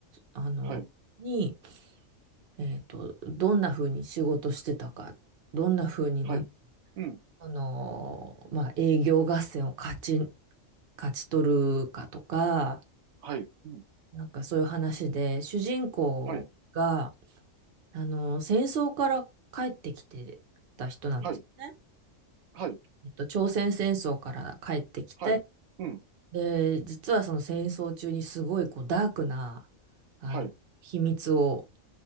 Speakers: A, on the right (about 50°); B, on the right (about 80°).
A: あの、
B: はい、
A: に、えっと、どんな風に仕事してたか、どんな風にな、
B: はい、うん、
A: あのーまあ、営業合戦を勝ち、勝ち取るかとか、
B: はい、うん、
A: なんかそういう話で、主人公が、
B: はい、
A: あのー戦争から帰ってきてた人なんですね。
B: はい、はい、
A: えっと、朝鮮戦争から帰ってきて、
B: はい、うん、
A: で、実はその戦争中にすごいこうダークな、あの、
B: はい、
A: 秘密を